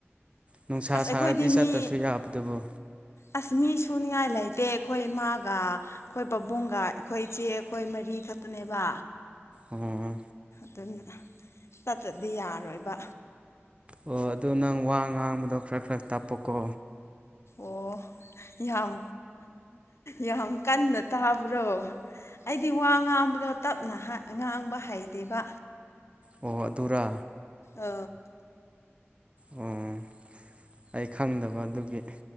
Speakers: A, on the right; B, on the left.
A: ꯅꯨꯡꯁꯥ
B: ꯑꯁ ꯑꯩꯈꯣꯏꯗꯤ
A: ꯁꯥꯔꯗꯤ ꯆꯠꯇ꯭ꯔꯁꯨ
B: ꯃꯤ
A: ꯌꯥꯕꯗꯨꯕꯨ
B: ꯑꯁ ꯃꯤ ꯁꯨ ꯉꯥꯏ ꯂꯩꯇꯦ ꯑꯩꯈꯣꯏ ꯏꯃꯥꯒ ꯑꯩꯈꯣꯏ ꯄꯥꯕꯨꯡꯒ ꯑꯩꯈꯣꯏ ꯏꯆꯦ ꯑꯩꯈꯣꯏ ꯃꯔꯤ ꯈꯛꯇꯅꯦꯕ
A: ꯑꯣ
B: ꯑꯗꯨꯅ ꯆꯠꯇꯗꯤ ꯌꯥꯔꯣꯏꯕ
A: ꯑꯣ ꯑꯗꯨ ꯅꯪ ꯋꯥ ꯉꯥꯡꯕꯗꯣ ꯈꯔ ꯈꯔ ꯇꯥꯛꯄꯀꯣ
B: ꯑꯣ ꯌꯥꯝ ꯌꯥꯝ ꯀꯟꯅ ꯇꯥꯕ꯭ꯔꯣ ꯑꯩꯗꯤ ꯋꯥ ꯉꯥꯡꯕꯗꯣ ꯇꯞꯅ ꯉꯥꯡꯕ ꯍꯩꯗꯦꯕ
A: ꯑꯣ ꯑꯗꯨꯔꯥ
B: ꯑ
A: ꯑꯣ ꯑꯩ ꯈꯪꯗꯕ ꯑꯗꯨꯒꯤ